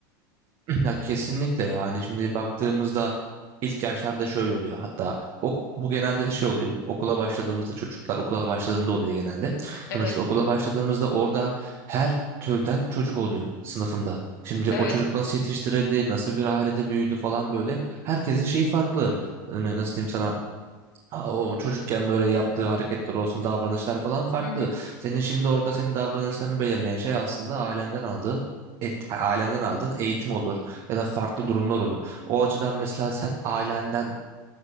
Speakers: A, on the right; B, on the left.
A: <clears throat> ya kesinlikle yani şimdi baktığımızda ilk yaşlarda şöyle oluyor hatta ok- bu genelde şey oluyor okula başladığımızda çocuklar okula başladığında oluyor genelde.
B: Evet,
A: Sonuçta okula başladığımızda orada her türden çocuk oluyor sınıfında. Şimdi
B: evet.
A: o çocuk nasıl yetiştirildi, nasıl bir ailede büyüdü falan böyle. Herkesin şeyi farklı. Ee, Nasıl diyeyim sana? Ha, O çocukken böyle yaptığı hareketler olsun, davranışlar falan farklı.
B: Hı hı.
A: Senin şimdi orada senin davranışlarını belirleyen şey aslında ailenden aldığın et, ailenden aldığın eğitim olur ya da farklı durumlar olur. O açıdan mesela sen ailenden